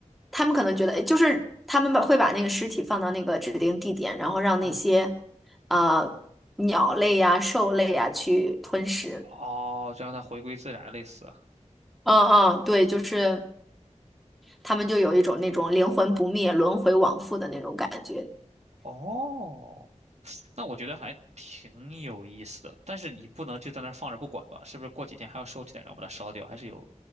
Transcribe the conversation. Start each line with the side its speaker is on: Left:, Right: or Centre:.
Centre: 他们可能觉得就是他们把会把那个尸体放到那个指定地点，然后让那些
Right: 啊、
Centre: 呃鸟类呀、兽类呀去吞食。
Right: 哦，就让它回归自然，类似。
Centre: 嗯嗯，对，就是。他们就有一种那种灵魂不灭、轮回往复的那种感觉。
Right: 哦，那我觉得还挺有意思的，但是你不能就在那儿放着不管吧？是不是过几天还要收起来，然后把它烧掉？还是有